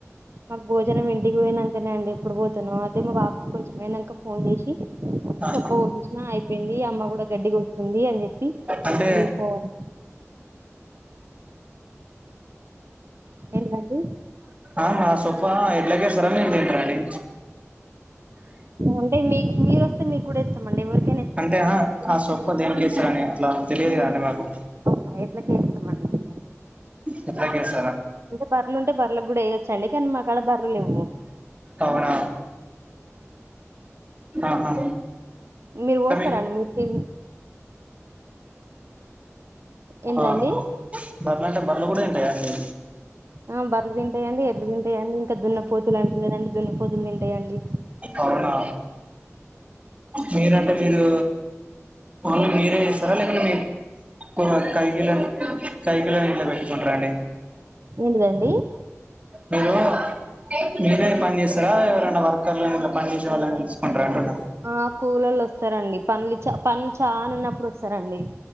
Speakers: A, on the right; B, on the right.
A: మాకు భోజనం ఇంటికి పొయినంకనే అండి ఎప్పుడు పోతునో అదే మా కొంచెమైనంక ఫోన్ చేషి
B: ఆహా
A: సొప్పోవు చూసినా అయిపోయింది అమ్మ గుడ గడ్డి కూకింది అని జెప్పి
B: అంటే
A: ఎల్పోన్ ఏంటిదండి
B: ఆహా ఆ సొప్ప ఎడ్లకేసుర మీరు తింటర అండి
A: అంటే మీక్ మీరు వస్తే మీకు కూడా ఏస్తమండి ఎవరికి
B: అంటే ఆ సొప్ప దేనికేసుడని అట్లా తెలియదు కదండి మాకు
A: అవునా ఎడ్లకే ఇస్తామండి మేము
B: తిదండియస్
A: అంటే బర్లుంటే బర్లకు గుడ ఎయచ్చండి కానీ మా కాడ బర్రలెవ్వు
B: అవునా ఆహా
A: మీరు
B: అతమేది
A: పోస్తారండి మీరు తి ఏంటిదండి
B: ఆ బర్లంటే బర్లు గుడా దింటయా అండి
A: ఆ బర్లు తింటయండి ఎడ్లు తింటయండి ఇంకా దున్న పోతులు అంట్రు కదండి దున్న పోతులు తింటయండి
B: అవునా మీరంటే మీరు ఓన్లీ మీరే చేస్తారా లేకుంటే మీ కో కైగిళన్ కైగిళని ఇట్లా పెట్టుకుంటర అండి
A: ఏంటిదండ్
B: మీరు మీరే పని చేస్తారా ఎవరైనా వర్కర్లు ఇట్ల పని చేసే వాళ్ళని పిలుసుకుంటర
A: ఆ కూలొల్లొస్తరండి పనులు చ పనులు చానా ఉన్నప్పుడు వస్తారండి